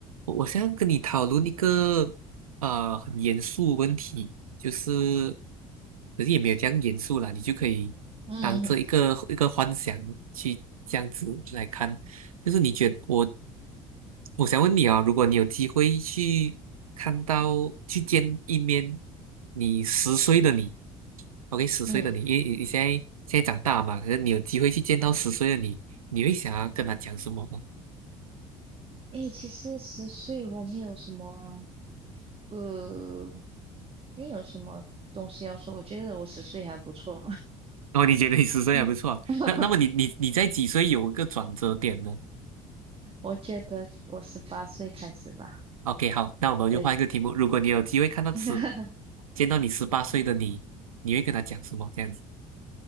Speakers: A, on the right; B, on the right.
A: 我我想要跟你讨论一个呃很严肃的问题，就是，可是也没有这样严肃啦，你就可以当这一个一个幻想去这样子来看，
B: 嗯
A: 就是你觉得我，我想问你啊，如果你有机会去看到去见一面你十岁的你，OK，十岁的你，
B: 嗯，
A: 因为你你现在现在长大嘛，可是你有机会去见到十岁的你，你会想要跟他讲什么呢？
B: 诶，其实十岁我没有什么，呃，没有什么东西要说。我觉得我十岁还不错，
A: 哦，你觉得你十岁还不错啊那那么你你你在几岁有一个转折点呢
B: <laughs> 嗯 <laughs> 我觉得我十八岁开始吧。
A: ？OK，好，那我们就换一个题目。
B: 对，
A: 如果你有机会看到十，
B: <laughs>
A: 见到你十八岁的你，你会跟他讲什么？这样子，